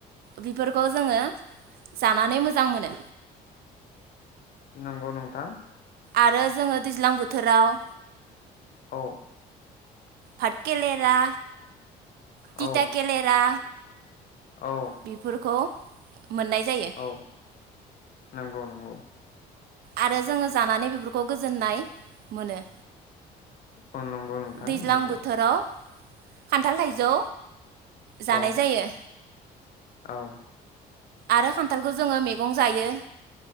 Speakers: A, on the right (about 65°); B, on the left (about 55°).
A: बेफोरखौ जोङो जानानै मोजां मोनो।
B: नंगौ नोंथां।
A: आरो जोङो दैज्लां बोथोराव
B: औ।
A: भातकेलेरा तिथा
B: औ
A: केेलेरा
B: औ।
A: बेफोरखौ मोननाय जायो।
B: औ नंगौ नंगौ।
A: आरो जोङो जानानै बेफोरखौ गोजोननाय मोनो।
B: अ नंगौ नोंथां
A: दैज्लां
B: नंगौ।
A: बोथोराव खान्थाल, थाइजौ जानाय
B: औ
A: जायो।
B: औ
A: आरो खान्थालखौ जोङो मैगं जायो।